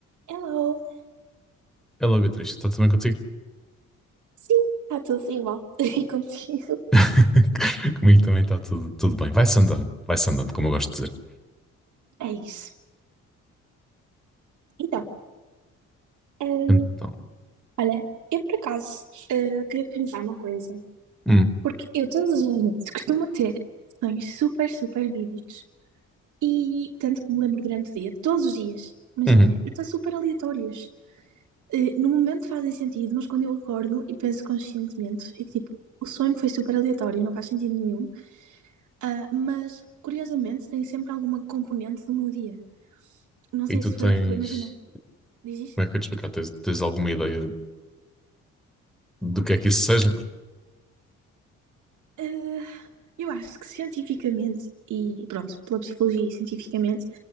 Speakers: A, on the right (about 75°); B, in the centre.
A: Hello!
B: É logo triste. Está tudo bem contigo?
A: Sim, está tudo igual. <laughs> E contigo?
B: <laughs> Comigo também está tudo, tudo bem. Vai-se andando, vai-se andando, como eu gosto de dizer.
A: É isso. Então, hum,
B: Então,
A: olha, eu por acaso eh, queria perguntar uma coisa.
B: hum,
A: Porque eu todos os noites costumo ter sonhos super, super vívidos. E tanto que me lembro durante o dia, todos os dias. Imagina,
B: uhum.
A: e são super aleatórios. Eh, no momento fazem sentido, mas quando eu acordo e penso conscientemente, fico tipo, o sonho foi super aleatório, não faz sentido nenhum. Ah, mas, curiosamente, tem sempre alguma componente do meu dia. Não sei
B: E tu
A: se
B: tens,
A: foi, tipo, imagina. Diz isto?
B: como é que eu ia te explicar? Tens, tens alguma ideia do que é que isso seja?
A: Ah, eu acho que cientificamente, e pronto, pela psicologia e cientificamente,